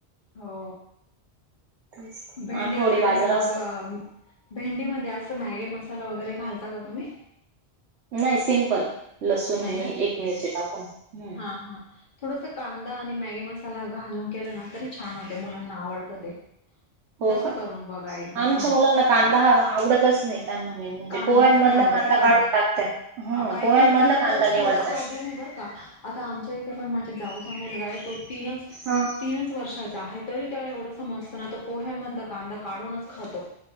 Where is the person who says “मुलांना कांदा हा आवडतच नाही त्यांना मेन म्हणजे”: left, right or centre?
Right